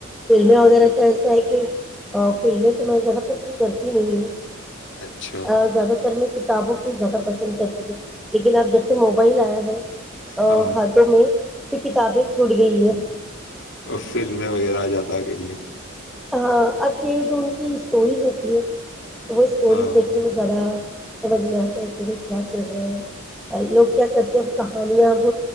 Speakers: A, in the centre; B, on the left.
A: فلمیں وغیرہ تو ایسا ہے کہ <unintelligible> فلمیں تو میں زیادہ پسند کرتی نہیں ہوں <unintelligible>
B: اچھا
A: ا زیادہ تر میں <unintelligible> کتابوں کو ہی زیادہ پسند کرتی تھی لیکن آب جب سے موبائل آیا ہے <unintelligible>
B: ہاں
A: ہاتھوں میں تو کتابیں <unintelligible> چھوٹ گئی ہے <unintelligible>
B: اور فلمیں وغیرہ آ جاتا کہیں ہے <unintelligible>
A: ہاں اب یہ جو ان کی اسٹوریز ہوتی ہے <unintelligible> وہ اسٹوریز
B: ہاں
A: دیکھنے میں زیادہ <unintelligible> سمجھ میں آتا ہے کہ بھائی کیا چل رہا ہے لوگ کیا کرتے ہیں اب کہانیاں اب